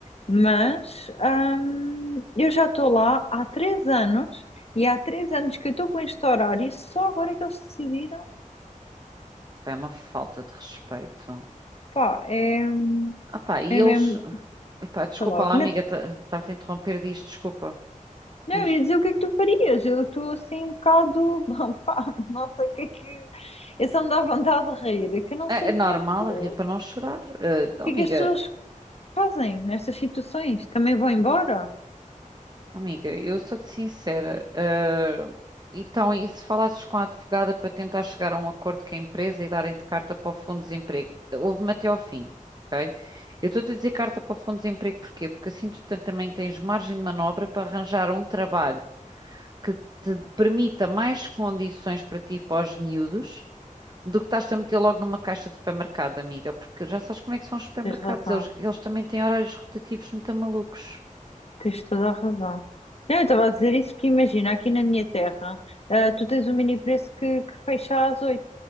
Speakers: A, on the left; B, on the right.
A: mas hum, eu já estou lá há três anos e há três anos que eu estou com este horário e só agora é que eles decidiram,
B: Pá, É uma falta de respeito.
A: pá, é,
B: Ah pá, e
A: é
B: eles,
A: mesmo,
B: epá, desculpa
A: sei lá, o
B: lá,
A: que
B: amiga,
A: não,
B: estar-te a interromper disto, desculpa.
A: não,
B: Diz.
A: eu ia dizer o que é que tu farias, eu estou assim um bocado, <laughs> pá, não sei o que é que, eu só me dá vontade de rir, é que eu não sei
B: É é
A: o que
B: normal,
A: é que, o
B: rir para não chorar. Eh, oh,
A: que
B: amiga,
A: é que as pessoas fazem nestas situações, também vão embora,
B: oh, amiga, eu sou-te sincera. eh, então, e se falasses com a advogada para tentar chegar a um acordo com a empresa e darem de carta para o Fundo de Desemprego? Houve-me até ao fim, ok? Eu estou-te a dizer carta para o Fundo de Desemprego porquê? Porque assim tu tam- também tens margem de manobra para arranjar um trabalho que te permita mais condições para ti e para os miúdos do que estás a meter logo numa caixa de supermercado, amiga, porque já sabes como é que são os supermercados,
A: tens razão.
B: eles, eles também têm horários rotativos muito malucos.
A: Tens toda a razão. Não, eu estava a dizer isso porque imagina, aqui na minha terra, ah, tu tens um mini preço que, que fecha às 8.